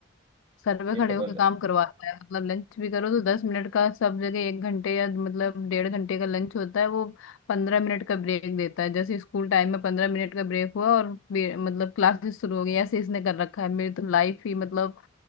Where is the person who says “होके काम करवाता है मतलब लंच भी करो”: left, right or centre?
Left